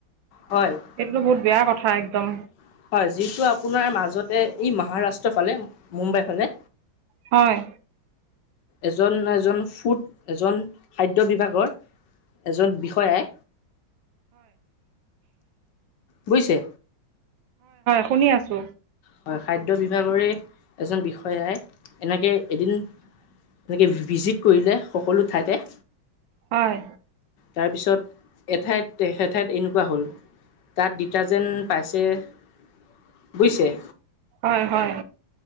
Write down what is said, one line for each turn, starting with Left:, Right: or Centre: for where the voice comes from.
Left: হয়
Right: এইটোতো বহুত বেয়া কথা একদম
Left: যিটো আপোনাৰ মাজত এ ই মহাৰাষ্ট্ৰৰ ফালে মুম্বাই ফালে।
Right: হয়
Left: এজন-এজন ফুড এজন খাদ্য বিভাগৰ এজন বিষয়াই বুজিছে
Right: শুনি আছো
Left: হয়, খাদ্য বিভাগৰে এজন বিষয়াই এনেকে এদিন এনেকে ভিজিট কৰিলে সকলো ঠাইতে।
Right: হয়,
Left: তাৰপিছত এঠাইত এঠাইত এনেকুৱা হ'ল তাত ডিটাৰজেণ্ট পাইছে বুজিছে
Right: হয় -হয়